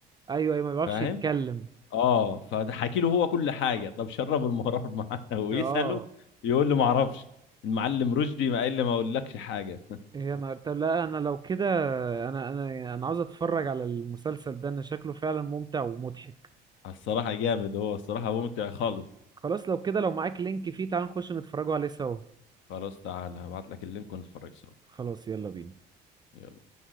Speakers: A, on the right; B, on the left.
A: ايوه ايوه ما بيعرفش
B: فاهم
A: يتكلم
B: اه فحكي له هو كل حاجه طب شربوا المرار معاه <laughs> ويساله
A: اه
B: يقول له ما اعرفش المعلم رشدي ما قال لي ما اقولكش حاجه
A: إيه، يا نهار طب لا انا لو كده انا انا انا عاوز اتفرج على المسلسل ده انا شكله فعلا ممتع ومضحك
B: الصراحه جامد هو الصراحه ممتع خالص
A: خلاص لو كده لو معاك لينك فيه تعال نخش نتفرجوا عليه سوا
B: خلاص تعالى هبعت لك اللينك ونتفرج سوا
A: خلاص يلا بينا
B: يلا